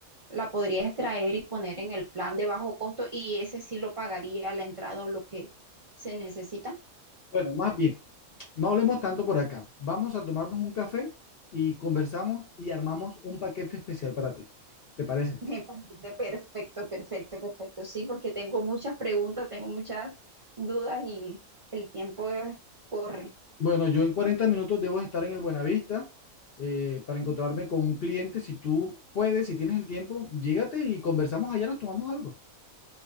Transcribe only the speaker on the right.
la podrías traer y poner en el plan de bajo costo y ese sí lo pagaría la entrada o lo que se necesita?
Me parece perfecto, perfecto, perfecto. Sí, porque tengo muchas preguntas, tengo muchas dudas y el tiempo eh, corre.